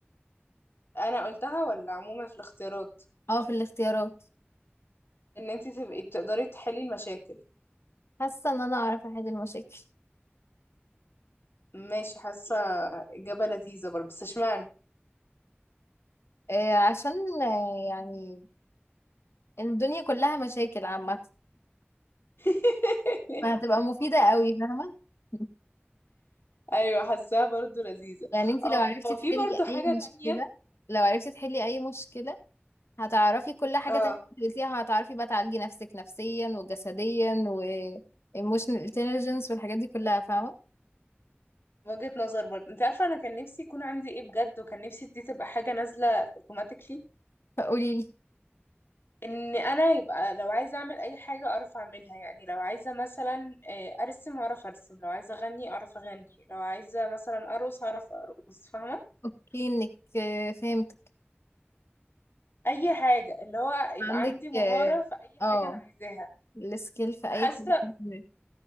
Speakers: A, on the left; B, on the left.
A: انا قلتها ولا عموما في الاختيارات
B: اه في الاختيارات
A: ان انت تبقي بتقدري تحلي المشاكل
B: حاسة ان انا اعرف احل المشاكل
A: ماشي حاسه اجابه لذيذه برضه بس اشمعنى
B: آه عشان آه يعني الدنيا كلها مشاكل عامة
A: <laughs>
B: فهتبقى مفيدة قوي فاهمة <laughs>
A: ايوه حاساها برضه لذيذه
B: يعني انتي
A: اه
B: لو عرفتي تحلي
A: في برضه حاجه
B: اي مشكلة
A: تانية
B: لو عرفتي تحلي اي مشكلة هتعرفي كل حاجة
A: اه
B: تانية انت قلتيها هتعرفي بقى تعالجي نفسك نفسيا وجسديا و emotional intelligence والحاجات دي كلها فاهمة
A: وجهة نظر برضه انت عارفة انا كان نفسي يكون عندي ايه بجد وكان نفسي دي تبقى حاجة نازلة اوتوماتيكلي
B: فقولي لي
A: ان انا يبقى لو عايزة اعمل اي حاجة اعرف اعملها يعني لو عايزة مثلا آه، ارسم اعرف ارسم لو عايزة اغني اعرف اغني لو عايزة مثلا ارقص هعرف ارقص فاهمة
B: اوكي انك آه، فهمتك
A: اي حاجة اللي هو يبقى
B: عندك
A: عندي مهارة
B: اه
A: في اي
B: آه،
A: حاجة انا عايزاها
B: السكيل في اي
A: حاسة
B: حاجة فيهم.